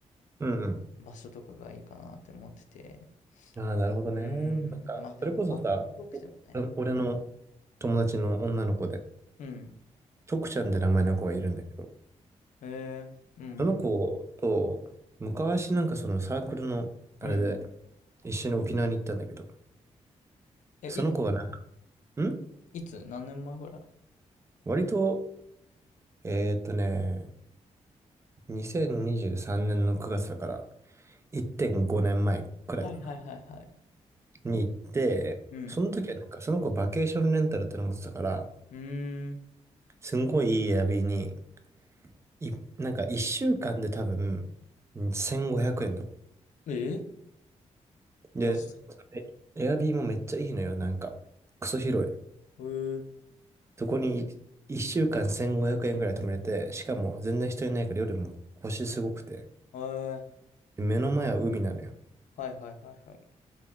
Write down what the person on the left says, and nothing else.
場所とかがいいかなって思ってて。
うーん、
まあでも、
あんま遠くてもね。
うん。
へえー、うん、
うん。
え、
いつ
いつ何年前ぐらい
はいはいはいはい。
うん。
うーん。
え
よし。
うー、
は
い、はいはいはいはい。